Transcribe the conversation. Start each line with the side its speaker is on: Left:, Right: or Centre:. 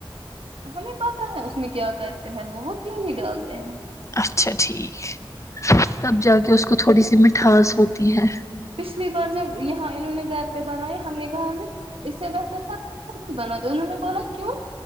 Right: ہمیں پتا ہے اس میں کیا کرتے ہیں وہ وہ کیوں نہیں ڈالتے ہیں
Left: اچھا ٹھیک تب جا کے اس کو تھوڑی سی مٹھاس ہوتی تی ہے
Right: پچھلی بار جب یہاں انہوں نے گھر پہ بنائی ہم نے کہا ان اس سے بہتر تھا ہم خود بھی بنا دو انہوں نے بولا کیوں